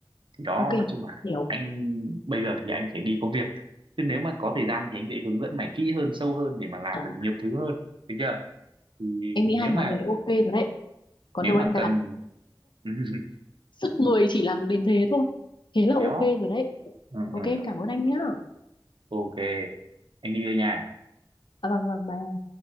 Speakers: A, on the right; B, on the left.
A: thì đó
B: ok
A: nói chung là
B: hiểu
A: anh bây giờ thì anh phải đi có việc chứ nếu mà có thời gian thì anh sẽ hướng dẫn mày kỹ hơn sâu hơn để mà làm
B: à
A: được nhiều thứ hơn được chưa thì
B: em nghĩ
A: nếu
B: hai món
A: mà
B: đấy ok rồi đấy còn
A: nếu
B: đâu
A: mà
B: em đặt
A: cần <laughs>
B: sức người chỉ làm được đến thế thôi thế là ok
A: gió
B: rồi đấy
A: ừ,
B: ok
A: ừ.
B: em cảm ơn anh nhá
A: ok anh đi đây nha
B: à, vâng vâng bye.